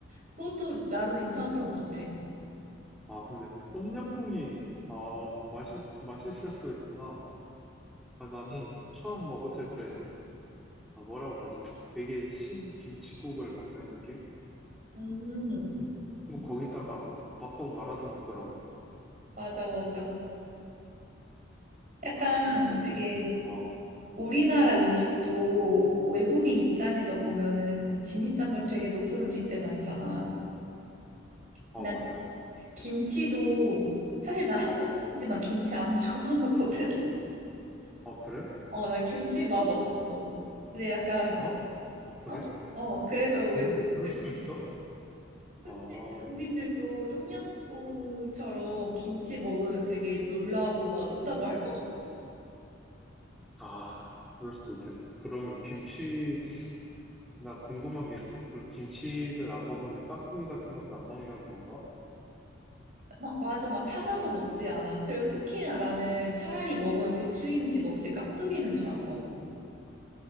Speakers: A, on the right (about 40°); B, in the centre.
A: 그것도 나름 괜찮았던 것 같아.
B: 아, 근데 똠양꿍이 아, 맛있 맛있을 수도 있구나. 아, 나는 처음 먹었을 때 아, 뭐라고 하지? 되게 신 김칫국을 먹는 느낌?
A: 음,
B: 음. 또 거기다가 밥도 말아서 먹더라고.
A: 맞아, 맞아. 약간
B: 아, 그런 거 보면서
A: 되게
B: 어,
A: 우리나라 음식도 외국인 입장에서 보면은 진입장벽 되게 높은 음식들 많잖아.
B: 어,
A: 나
B: 맞아.
A: 김치도 사실 나 한국이지만
B: 어,
A: 인 김치 안 <laughs> 좋아하거든.
B: 어, 그래?
A: 어, 나 김치 맛 없어. 근데 약간
B: 어? 어, 어, 그래?
A: 어? 어, 그래서 외국인들
B: 그럴, 그럴 수가 있어?
A: 그치?
B: 아,
A: 외국인들도 똠양꿍처럼 김치 먹으면 되게 놀라고 맛없다고 할 것 같아.
B: 아, 그럴 수도 있겠네. 그러면 김치 나 궁금한 게 있는데, 그럼 김치를 안 먹으면 깍두기 같은 것도 안 먹는 건가?
A: 막 맞아, 막 찾아서 먹지 않아. 그리고 특히나 나는 차라리 먹으면 배추김치 먹지 깍두기는 잘 안 먹어.